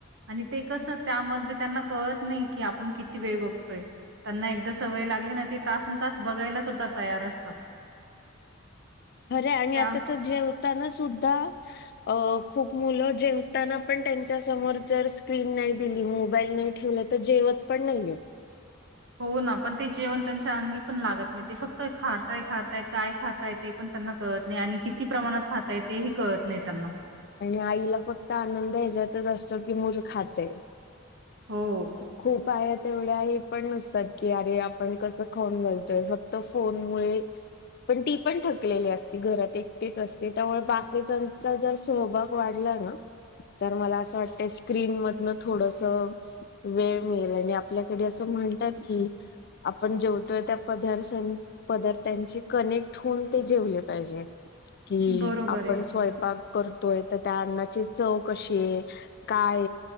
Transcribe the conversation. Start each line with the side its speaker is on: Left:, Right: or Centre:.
Right: आणि ते कस त्यामध्ये त्यांना कळत नाही की आपण किती वेळ बघतोय त्यांना एकदा सवय लागली ना ते तासन तास बघायला सुद्धा तयार असतात.
Left: खरे आणि
Right: त्या
Left: आता तर जेवता ना सुद्धा अ खूप मुलं जेवताना पण त्यांच्या समोर जर स्क्रीन नाही दिली मोबाईल नाही ठेवला तर जेवत पण नाही आहे त
Right: हो ना पण ते जेवण त्यांच्या अंगी पण लागत नाही ते फक्त खातय खात ते काय खाताय ते पण त्यांना कळत नाही आणि किती प्रमाणात खाताये ते ही कळत नाही त्यांना
Left: आणि आईला फक्त आनंद ह्याच्यातच असतो की मूल खाते
Right: हो
Left: खूप आया तेवढ्या हे पण नसतात की अरे आपण कसं खाऊन घालतोय फक्त फोनमुळे पण ती पण थक थकलेली असती घरात एकटीच असते त्यामुळे बाकीच्यांचा जर सहभाग वाढला ना तर मला असं वाटतं स्क्रीन मधन थोडस वेळ मिळेल आणि आपल्याकडे असं म्हणतात की आपण जेवतोय त्या पदार्थन पदार्थांची कनेक्ट होऊन ते जेवले पाहिजे कि
Right: बरोबर
Left: आपण
Right: आहे.
Left: स्वयंपाक करतोय तर त्या अन्नाची चव कशी आहे काय